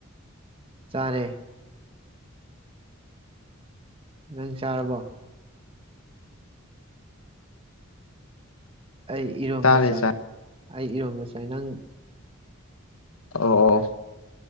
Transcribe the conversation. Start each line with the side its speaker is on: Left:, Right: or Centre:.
Right: ꯆꯔꯦ ꯅꯪ ꯆꯥꯔꯕꯣ ꯑꯩ ꯏꯔꯣꯝꯕ
Left: ꯆꯥꯔꯦ
Right: ꯆꯥꯏ
Left: ꯆꯥ
Right: ꯑꯩ ꯏꯔꯣꯝꯕꯁꯦ ꯅꯪ
Left: ꯑꯣ ꯑꯣ